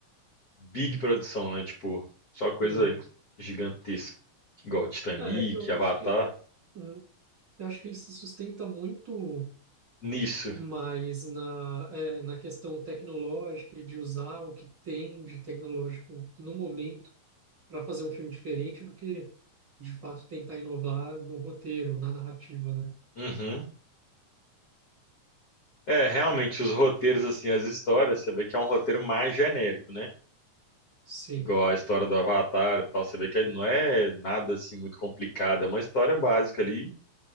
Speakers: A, on the left; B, on the right.
A: big produção, né? Tipo, só coisa
B: uhum.
A: inc- gigantesca. Igual Titanic,
B: É, é que eu
A: Avatar.
B: acho que... hum, Eu acho que ele se sustenta muito
A: Nisso.
B: mais na, é, na questão tecnológica e de usar o que tem de tecnológico no momento para fazer um filme diferente do que, de fato, tentar inovar no roteiro, na narrativa, né?
A: Uhum. É, realmente, os roteiros, assim, as histórias, você vê que é um roteiro mais genérico, né?
B: Sim.
A: Igual a história do Avatar e tal, você vê que não é nada, assim, muito complicado. É uma história básica ali